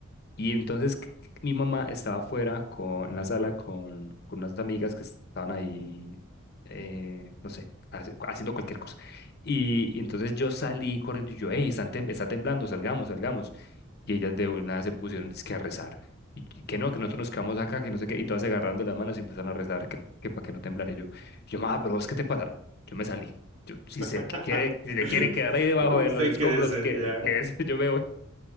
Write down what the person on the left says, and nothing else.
Y entonces c- c- mi mamá estaba afuera con, en la sala con, con unas amigas que estaban ahí, eh, no sé, hace- haciendo cualquier cosa. Y, y entonces yo salí corriendo y yo, hey, están tem- está temblando, salgamos, salgamos. Y ellas de nada se pusieron dizque a rezar. Y que que no, que nosotros nos quedamos acá, que no sé qué. Y todas se agarrando las manos y empezaron a rezar, que, que para que no temblara. Y yo, yo, mamá, pero vos, ¿qué te pasa? Yo me salí. Yo, si
se quiere, si se quiere quedar ahí debajo
de los escombros,
que,
que ese <laughs> yo me voy.